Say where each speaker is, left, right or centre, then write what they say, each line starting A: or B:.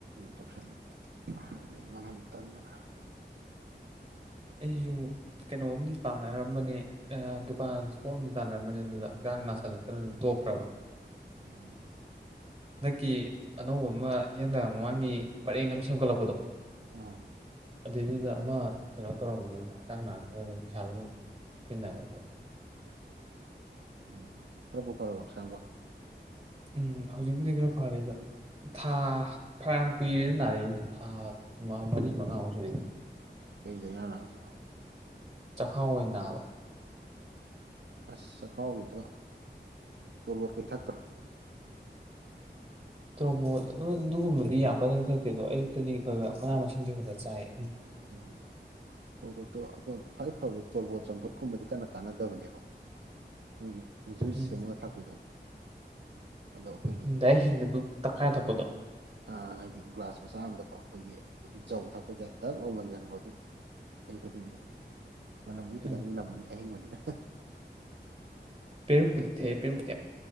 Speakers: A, on the right; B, on the right.
A: ꯇꯧꯁꯟ ꯑ ꯑꯩ ꯃꯥꯡꯍꯟ ꯇꯟꯗꯅ <inaudible> <unintelligible>
B: ꯑꯩꯁꯨ ꯀꯩꯅꯣꯝꯗꯤ ꯇꯥꯟꯅꯔꯝꯕꯅꯦ ꯗꯨꯀꯥꯟ ꯏꯁ ꯄꯣꯠ ꯑꯝꯗꯤ ꯇꯥꯟꯅꯔꯝꯕꯅꯦ ꯑꯗꯨꯗ ꯍꯛꯆꯥꯡ ꯅꯥꯁꯤꯜꯂꯛꯇꯅ ꯇꯣꯛꯈ꯭ꯔꯕ
A: ꯎꯝ
B: ꯍꯟꯗꯛꯀꯤ ꯑꯅꯧꯕ ꯑꯃ ꯏꯍꯟꯗꯥ ꯃꯃꯥꯡꯒꯤ ꯄꯔꯦꯡ ꯑꯃ ꯁꯦꯝꯒꯠꯂꯛꯄꯗꯣ
A: ꯑꯥ
B: ꯑꯗꯨꯏꯗꯨꯗ ꯑꯃ ꯀꯩꯅꯣ ꯇꯧꯔꯝꯕꯅꯤꯗ ꯍꯛꯆꯥꯡ ꯅꯥꯛꯇꯅ ꯑꯗꯨꯝ ꯄꯩꯁꯥꯗ ꯑꯗꯨꯝ ꯁꯤꯖꯤꯟꯅꯈ꯭ꯔꯦ
A: ꯑꯣ ꯈꯔꯕꯨ ꯐꯥꯔꯕꯣ ꯍꯛꯁꯥꯡꯕꯨ
B: ꯎꯝ ꯍꯧꯖꯤꯛꯄꯨꯗꯤ ꯈꯔ ꯐꯔꯦꯗ ꯊꯥ ꯐꯌꯥꯝ ꯀꯨꯏꯔꯦꯅ ꯅꯥꯔꯛꯁꯦ ꯊꯥ ꯃꯔꯤ ꯃꯉꯥꯃꯨꯛ ꯁꯨꯔꯦ
A: ꯀꯩ ꯂꯩꯅꯅꯣ ꯍꯥꯏꯁꯤꯕꯣ
B: ꯆꯈꯥꯎ ꯑꯣꯏꯅ ꯅꯥꯕ
A: ꯑꯁ ꯆꯈꯥꯎꯒꯤꯗꯣ ꯇꯣꯔꯕꯣꯠ ꯊꯥꯛꯇꯔꯣ
B: ꯇ꯭ꯔꯣꯕꯣꯠ ꯑꯗꯨꯒꯨꯝꯕꯗꯤ ꯌꯥꯝ ꯀꯟꯅꯗꯤ ꯊꯛꯇꯦ ꯑꯗꯣ ꯑꯌꯨꯛꯇꯗꯤ ꯈꯔ ꯈꯔ ꯃꯅꯥ ꯃꯁꯤꯡꯁꯦ ꯈꯔ ꯈꯔ ꯆꯥꯏꯌꯦ
A: ꯎꯝ ꯇꯣꯔꯕꯣꯠꯇꯣ ꯑ ꯈ꯭ꯋꯥꯥꯏ ꯐꯕꯗꯤ ꯇꯣꯔꯕꯣꯠ ꯆꯝꯐꯨꯠ ꯀꯨꯝꯕꯗꯤ ꯀꯟꯅ ꯀꯥꯟꯅꯗꯕꯅꯦꯕꯀꯣ ꯃꯣꯏꯒꯤ ꯖꯨꯏꯁ
B: ꯎꯝ
A: ꯁꯦꯝꯃꯒ ꯊꯥꯛꯄꯤꯗꯣ ꯑꯗꯣ ꯑꯩꯈꯣꯏꯒꯤ
B: ꯎꯝ ꯗꯥꯏꯔꯦꯛ ꯍꯤꯡꯅ ꯑꯗꯨꯝ ꯇꯛꯈꯥꯏꯔ ꯊꯛꯄꯗꯣ
A: ꯑꯥ ꯍꯥꯏꯗꯤ ꯒ꯭ꯂꯥꯁ ꯃꯆꯥ ꯑꯝꯗꯀꯣ ꯑꯩꯈꯣꯏꯒꯤ ꯖꯧ ꯊꯛꯄ ꯇꯥꯛ ꯂꯥꯎ ꯂꯪꯁꯤꯟꯀꯣ ꯑꯗꯨꯝ ꯑꯌꯨꯛ ꯈꯨꯗꯤꯡꯒꯤ ꯃꯅꯝꯕꯨꯗꯤ ꯈꯤꯇꯪ
B: ꯎꯝ
A: ꯅꯝꯃꯅꯤ ꯍꯌꯤꯡꯕꯅꯤꯗ
B: ꯄꯦꯔ ꯀꯨꯗꯤꯦ ꯄꯦꯔꯗꯤ <inaudible>